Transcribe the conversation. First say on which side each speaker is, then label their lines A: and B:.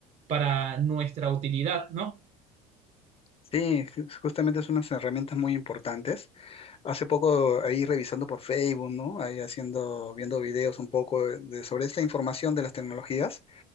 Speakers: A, on the right; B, on the left.
A: para nuestra utilidad, ¿no?
B: Sí, ju- justamente son unas herramientas muy importantes Hace poco ahí revisando por Facebook, ¿no? Ahí haciendo, viendo videos un poco de, sobre esta información de las tecnologías,